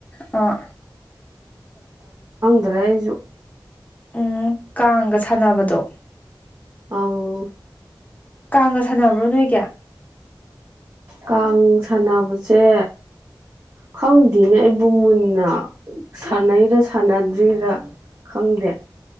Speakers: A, on the left; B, on the right.
A: ꯑ
B: ꯑꯗ ꯑꯩꯖ
A: ꯎꯝ ꯀꯥꯡꯒ ꯁꯥꯟꯅꯕꯗꯣ
B: ꯑꯧ
A: ꯀꯥꯡꯒ ꯁꯥꯟꯅꯕ꯭ꯔꯣ ꯅꯣꯏꯒꯤ
B: ꯀꯥꯡ ꯁꯥꯟꯅꯕꯁꯦ ꯈꯪꯗꯦꯅꯦ ꯑꯩꯕꯨ ꯃꯨꯟꯅ ꯁꯥꯟꯅꯩꯔꯥ ꯁꯥꯟꯅꯗ꯭ꯔꯤꯔꯥ ꯈꯪꯗꯦ